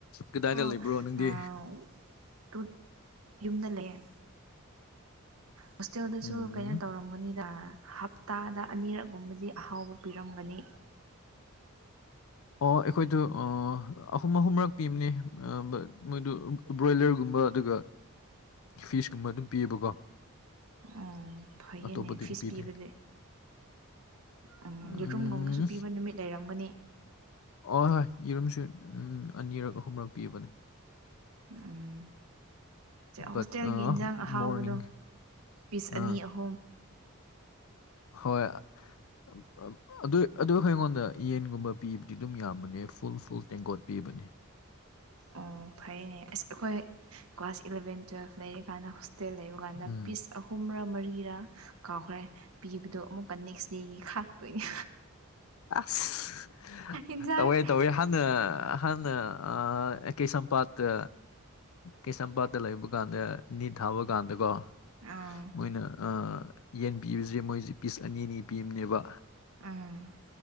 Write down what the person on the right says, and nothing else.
<unintelligible>
ꯌꯨꯝꯗ ꯂꯩꯑꯦ ꯍꯣꯁꯇꯦꯜꯗꯁꯨ
ꯀꯩꯅꯣ ꯇꯧꯔꯝꯒꯅꯤꯗ ꯍꯞꯇꯥꯗ ꯑꯅꯤꯔꯛꯒꯨꯝꯕꯗꯤ ꯑꯍꯥꯎꯕ ꯄꯤꯔꯝꯒꯅꯤ
ꯎꯝ ꯐꯩꯌꯦꯅꯦ
ꯐꯤꯁ
ꯄꯤꯕꯗꯤ ꯎꯝ
ꯌꯦꯨꯠꯔꯨꯝꯒꯨꯝꯕꯁꯨ ꯄꯤꯕ ꯅꯨꯃꯤꯠ ꯂꯩꯔꯝꯒꯅꯤ
ꯎꯝ
ꯍꯣꯁꯇꯦꯜꯒꯤ
ꯏꯟꯖꯥꯡ ꯑꯍꯥꯎꯕꯗꯣ
ꯄꯤꯁ ꯑꯅꯤ
ꯑꯍꯨꯝ
ꯑꯣ ꯐꯩꯅꯦ ꯑꯁ ꯑꯩꯈꯣꯏ ꯀ꯭ꯂꯥꯁ ꯏꯂꯚꯦꯟ ꯇꯨꯋꯦꯜꯐ ꯂꯩꯔꯤ ꯀꯥꯟꯗ ꯍꯣꯁꯇꯦꯜ ꯂꯩꯕ ꯀꯥꯟꯗ
ꯄꯤꯁ ꯑꯍꯨꯝꯔ ꯃꯔꯤꯔꯥ ꯀꯥꯎꯈ꯭ꯔꯦ ꯄꯤꯕꯗꯣ ꯑꯃꯨꯛꯀ ꯅꯦꯛꯁ ꯗꯦꯒꯤ ꯈꯥꯛꯇꯣꯏꯅꯤ
ꯏꯟꯖꯥꯡ
ꯑꯥ
ꯑꯝ